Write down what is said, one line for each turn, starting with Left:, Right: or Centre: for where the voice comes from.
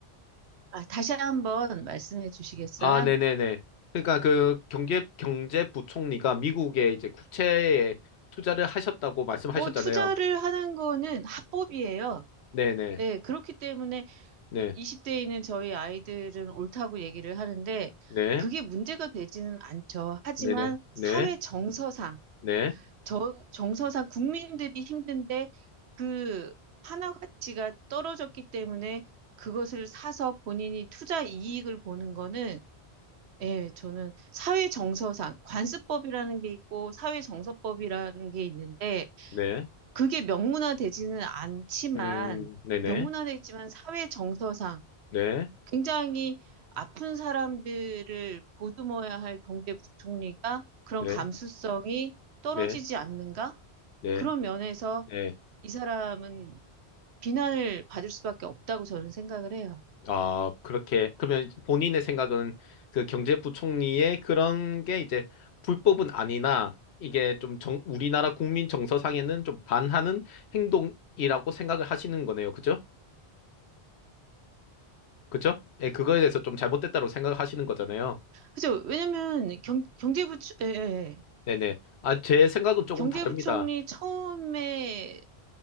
Right: 아, 다시 한번 말씀해 주시겠어요?
Left: 아, 네네네. 그러니까 그 경제, 경제부총리가 미국의 이제 국채에 투자를 하셨다고 말씀하셨잖아요.
Right: 어, 투자를 하는 거는 합법이에요.
Left: 네네.
Right: 예, 그렇기 때문에
Left: 네.
Right: 20대에 있는 저희 아이들은 옳다고 얘기를 하는데
Left: 네.
Right: 그게 문제가 되지는 않죠. 하지만
Left: 네네.
Right: 사회
Left: 네.
Right: 정서상,
Left: 네.
Right: 저, 정서상 국민들이 힘든데 그 환화 가치가 떨어졌기 때문에 그것을 사서 본인이 투자 이익을 보는 거는 예, 저는 사회 정서상 관습법이라는 게 있고 사회 정서법이라는 게 있는데
Left: 네.
Right: 그게 명문화되지는 않지만
Left: 음, 네네.
Right: 명문화돼 있지만 사회 정서상
Left: 네.
Right: 굉장히 아픈 사람들을 보듬어야 할 경제 부총리가 그런
Left: 네.
Right: 감수성이 떨어지지
Left: 네.
Right: 않는가?
Left: 네.
Right: 그런 면에서
Left: 네.
Right: 이 사람은 비난을 받을 수밖에 없다고 저는 생각을 해요.
Left: 아, 그렇게, 그러면 이제 본인의 생각은 그 경제부총리의 그런 게 이제 불법은 아니나 이게 좀 정, 우리나라 국민 정서상에는 좀 반하는 행동이라고 생각을 하시는 거네요. 그죠? 그죠? 예, 그거에 대해서 좀 잘못됐다고 생각하시는 거잖아요.
Right: 그죠? 왜냐면 경, 경제부, 예, 예. 예.
Left: 네네. 아, 제 생각은 조금
Right: 경제부총리
Left: 다릅니다.
Right: 처음에